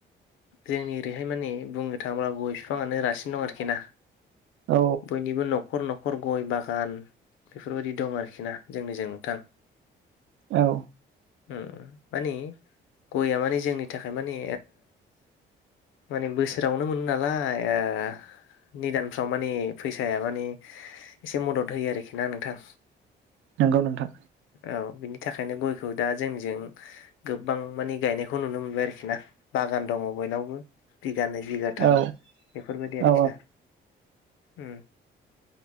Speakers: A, on the left (about 85°); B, on the right (about 75°).
A: जोंनि ओरैहाय माने बुंनो थाङोब्ला गय फिफाङानो रासिन दं आरोखि खेना
B: औ
A: बयनिबो न'खर न'खर खर गय बागान बेफोरबायदि दं आरोखि ना जोंनिजों नोंथां
B: औ
A: होम माने गया माने जोंनि थाखाय मानि माने बोसोरावनो मोनो नालाय ओ निदानफ्राव माने फैसाया माने एसे मदद होयो आरोखि ना नोंथां
B: नंगौ नोंथां
A: औ बिनि थाखायनो गयखौ दा जोंनिजों गोबां मानो गायनायखौ नुनो मोनबाय आरोखि ना बागान दङ बयनावबो बि गानै बिगाथाम
B: औ
A: बेफोरबायदि आरोखि
B: औ
A: ना उम